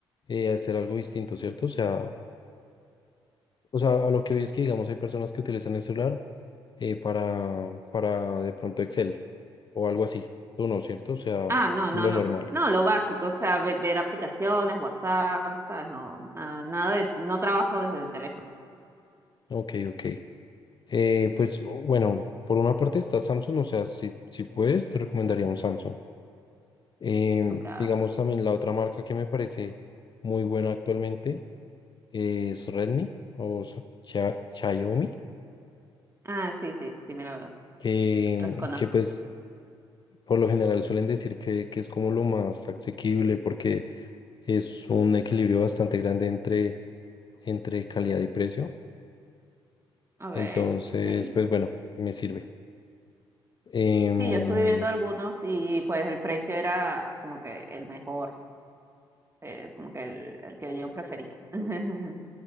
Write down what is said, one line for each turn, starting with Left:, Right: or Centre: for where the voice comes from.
Left: eh, hacer algo distinto, ¿cierto? O sea, o sea, a lo que vi es que, digamos, hay personas que utilizan el celular eh, para, para de pronto Excel o algo así. Tú no, ¿cierto? O sea,
Right: Ah, no,
Left: lo
Right: no, no.
Left: normal.
Right: No, lo básico, o sea, ve- ver, aplicaciones, WhatsApp, ¿sabes? No, nada, nada de, no trabajo desde el teléfono. pues.
Left: Ok, ok. Eh, pues bueno, por una parte está Samsung, o sea, si, si puedes, te recomendaría un Samsung. Em,
Right: Ok.
Left: digamos también la otra marca que me parece muy buena actualmente es Redmi o Sa- Xia- Xiaomi,
Right: Ah, sí, sí, sí, me lo,
Left: que,
Right: los conozco.
Left: que pues por lo general suelen decir que, que es como lo más asequible porque es un equilibrio bastante grande entre, entre calidad y precio.
Right: Ok,
Left: Entonces,
Right: sí.
Left: pues bueno, me sirve. Em,
Right: Sí, yo estuve viendo algunos y pues el precio era como que el mejor, eh, como que el, el que yo prefería. <laughs>